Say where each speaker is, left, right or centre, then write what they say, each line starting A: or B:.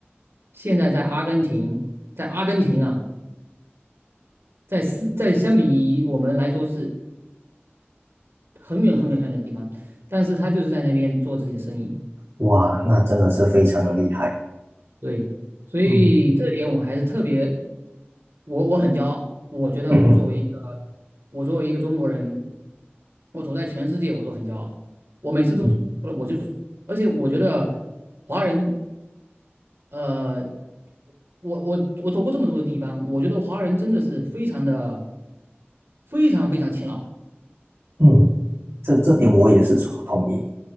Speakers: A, on the right (about 70°); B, on the right (about 85°).
A: 现在在阿根廷，在阿根廷啊，在是在相比我们来说是很远很远很远的地方，但是他就是在那边做自己的生意，
B: 哇，那真的是非常的厉害。
A: 对，所以这点我还是特别。
B: 嗯
A: 我我很骄傲，我觉得我作为一个我作为一个中国人，
B: <laughs>，嗯哼，
A: 我走在全世界我都很骄傲。我每次都说了，
B: 嗯，
A: 我就是，而且我觉得华人，呃，我我我走过这么多的地方，我觉得华人真的是非常的非常非常勤劳。
B: 嗯，这这点我也是同同意。